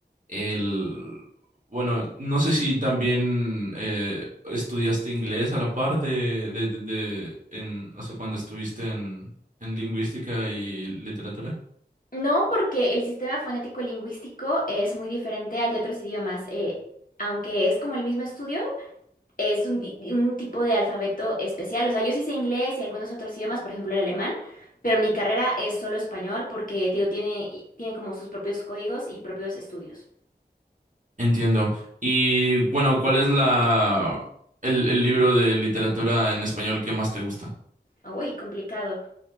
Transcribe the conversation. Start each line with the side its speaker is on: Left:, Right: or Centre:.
Right: el, bueno, no sé si también eh, estudiaste inglés a la par de, de, de, de- en, o sea, cuando estuviste en, en lingüística y literatura.
Left: No, porque el sistema fonético lingüístico es muy diferente al de otros idiomas. eh, aunque es como el mismo estudio, es un, di- un tipo de alfabeto especial. O sea, yo sí sé inglés y algunos otros idiomas, por ejemplo el alemán, pero mi carrera es solo español porque, te digo, tiene, tiene como sus propios códigos y propios estudios.
Right: Entiendo. Y bueno, ¿cuál es la, el, el libro de literatura en español que más te gusta?
Left: Uy, complicado.